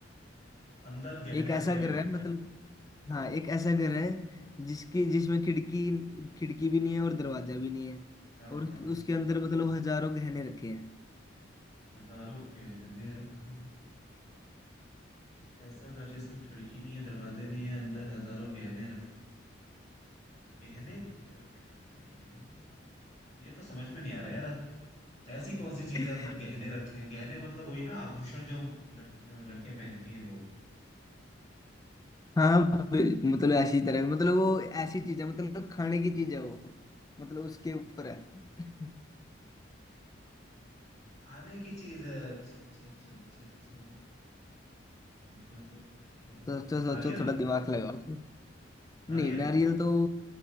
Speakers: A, on the left; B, on the left.
A: अंदर गहने
B: एक ऐसा
A: रखे
B: घर
A: हुए हैं
B: है मतलब हाँ एक ऐसा घर है जिसकी जिसमें खिड़की खिड़की भी नहीं है और दरवाजा भी नहीं है
A: हाँ
B: और
A: हाँ
B: उसके अंदर मतलब हजारों गहने रखे हैं
A: हजारों गहने रखे हुए हैं। ऐसा घर जिसमें खिड़की नहीं है दरवाजे नहीं है अंदर हजारों गहने रखे गहने रखे हैं, गहने ये तो समझ में नहीं आ रहा यार ऐसी कौन सी चीजें
B: <laughs>
A: अंदर गहने रखे हैं गहने मतलब वही ना आभूषण जो हम लड़की लड़कियां पहनती हैं वो
B: हाँ ब- मतलब ऐसी तरह मतलब वो ऐसी चीज है मतलब खाने की चीज है वो मतलब उसके ऊपर है <laughs>
A: खाने की चीज है अच्छा अच्छा अच्छा अच्छा अच्छा अंदर वो गहने
B: तो सोचो
A: नारियल
B: सोचो थोड़ा दिमाग लगाओ
A: नारियल
B: नहीं नारियल तो